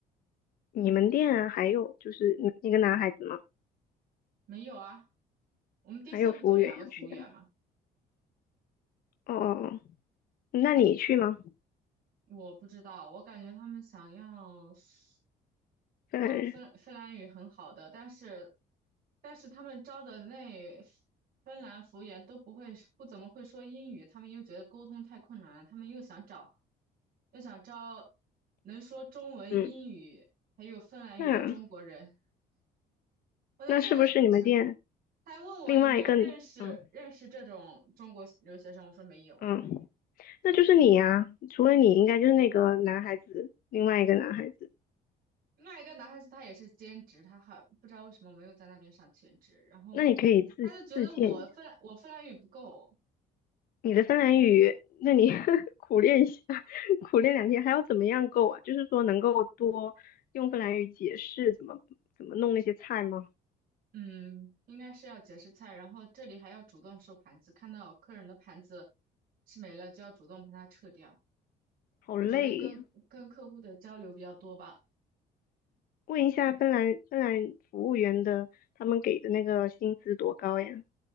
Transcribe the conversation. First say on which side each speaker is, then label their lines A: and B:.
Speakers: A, on the left (about 60°); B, on the right (about 55°).
A: 你们店啊，还有就是一个男孩子吗？
B: 没有啊，我们店现在不就两个服务员吗？
A: 还有服务员要去的。哦哦哦那你去吗？
B: 我不知道，我感觉他们想要说
A: 芬兰人，
B: 芬芬兰语很好的，但是但是他们招的那芬兰服务员都不会不怎么会说英语，他们又觉得沟通太困难了，他们又想找又想招能说中文、
A: 嗯，
B: 英语还有芬兰语的中国人。
A: 那
B: 我觉得这
A: 那是不是你们店
B: 他还问我有没有认识认识这种中国留学生，
A: 另外一个？嗯
B: 我说没有。
A: 嗯，那就是你呀、除了你，应该就是那个男孩子，另外一个男孩子。
B: 另外一个男孩子他也是兼职，他还不知道为什么没有在那边上全职，然后他就觉得我芬兰我芬兰语不够，
A: 那你可以自自荐一下你的芬兰语，那你 <laughs> 苦练一下，<laughs> 苦练两天，还要怎么样够啊？就是说能够多用芬兰语解释怎么怎么弄那些菜吗？
B: 嗯，应该是要解释菜，然后这里还要主动收盘子，看到客人的盘子吃没了就要主动把它撤掉。
A: 好累呀、
B: 我觉得跟跟客户的交流比较多吧，
A: 问一下芬兰芬兰服务员的，他们给的那个薪资多高呀？